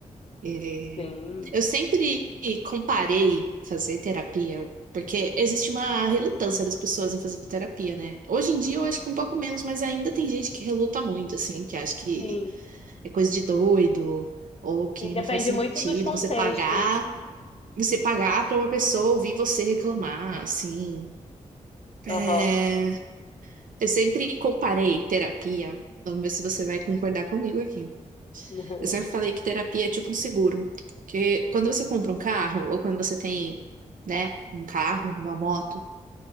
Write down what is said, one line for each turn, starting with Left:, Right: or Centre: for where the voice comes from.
Right: É,
Left: sim,
Right: Eu sempre comparei fazer terapia, porque existe uma relutância das pessoas em fazer terapia, né? Hoje em dia eu acho que um pouco menos, mas ainda tem gente que reluta muito, assim, que acha que
Left: sim,
Right: é coisa de doido, ou que
Left: sim, depende
Right: não faz sentido
Left: muito dos contextos.
Right: você pagar, você pagar pra uma pessoa ouvir você reclamar, assim. É,
Left: Aham.
Right: Eu sempre comparei terapia. Vamos ver se você vai concordar comigo aqui.
Left: <laughs>
Right: Eu sempre falei que terapia é tipo um seguro. Porque quando você compra um carro, ou quando você tem, né, um carro, uma moto,